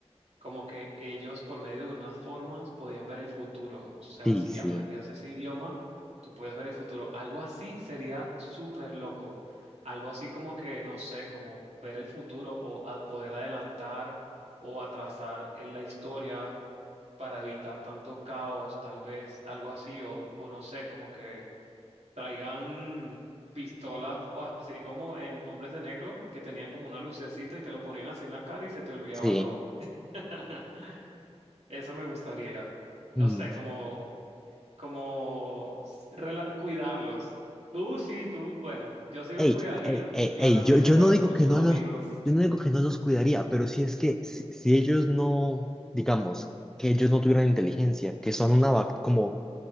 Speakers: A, on the right; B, in the centre.
A: como que ellos por medio de unas formas podían ver el futuro. O sea,
B: sí,
A: si
B: sí,
A: aprendías ese idioma, tú puedes ver el futuro. Algo así sería súper loco. Algo así como que, no sé, como ver el futuro o al poder adelantar o atrasar en la historia para evitar tanto caos, tal vez, algo así, o, o no sé, como que traigan pistolas o así como en Hombres de Negro, que tenían como una lucecita y te lo ponían así en la cara y se te olvidaba
B: sí.
A: todo. <laughs> Eso me gustaría.
B: Mm.
A: No sé, como, como s- rela- cuidarlos. Tú sí, tú, bueno, yo sí los
B: Ey,
A: cuidaría,
B: ey, ey,
A: claramente,
B: ey. Yo, yo
A: para
B: no
A: hacerme
B: digo que
A: sus
B: no
A: amigos.
B: los, yo no digo que no los cuidaría, pero si es que si, si ellos no, digamos, que ellos no tuvieran inteligencia, que son una, bac- como